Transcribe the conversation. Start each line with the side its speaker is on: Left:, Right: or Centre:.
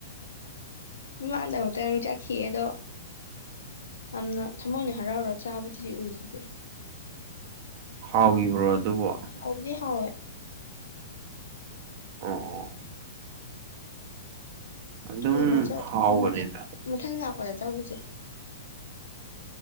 Left: ꯃꯥꯟꯗꯕꯗ ꯏ ꯈꯈꯤꯌꯦꯗꯣ ꯌꯥꯝꯅ ꯊꯃꯣꯏꯅ ꯍꯔꯥꯎꯔ ꯆꯥꯕꯗꯨꯗꯤ ꯑꯣꯏꯈꯤꯗ꯭ꯔꯦ
Right: ꯍꯥꯎꯕ꯭ꯔꯣ ꯑꯗꯨꯕꯨꯣ
Left: ꯍꯧꯥꯎꯗꯤ ꯍꯥꯎꯋꯦ
Right: ꯑꯣ ꯑꯣ ꯑꯗꯨꯝ
Left: ꯅ ꯃꯧ ꯃꯊꯪ
Right: ꯍꯥꯎꯕꯅꯤꯗ
Left: ꯃꯊꯪ ꯂꯥꯛꯄꯗ ꯆꯧꯁꯦ